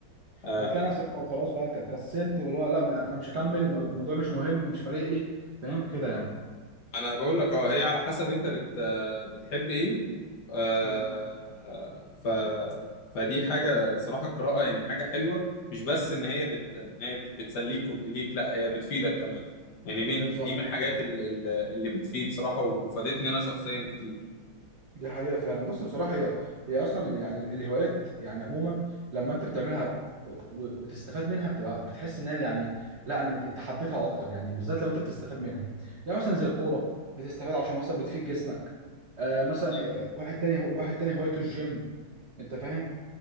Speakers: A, on the left; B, on the right.
A: آه،
B: هتلاقي نفسك اه خلاص بقى ك- كسلت واللي هو لا ما- انا مش هكمل والموضوع مش مهم مش فارق لي فاهم كده يعني
A: ما انا بقول لك اه هي على حسب انت بت بتحب ايه آه،
B: امم
A: ف فدي حاجه صراحه القراءه يعني حاجه حلوه مش بس ان هي بت ان هي بتسليك وبتلهيك لا هي بتفيدك كمان يعني من
B: بالظبط
A: دي من
B: ده
A: الحاجات
B: حقيقة.
A: ال- ال- اللي بتفيد صراحه وفادتني انا شخصيا كتير
B: دي حقيقة فعلا بص بصراحة هي هي أصلا يعني ال- الهوايات يعني عموما لما أنت بتعملها و- وتستفاد منها بتبقى بتحس إنها يعني لا إن أنت أنت حبيتها أكتر يعني بالذات لو أنت بتستفاد منها يعني مثلا زي الكورة بتستفاد عشان مثلا بتفيد جسمك آه مثلا
A: بالظبط
B: هي- واحد تاني هو- واحد تاني هوايته الجيم أنت فاهم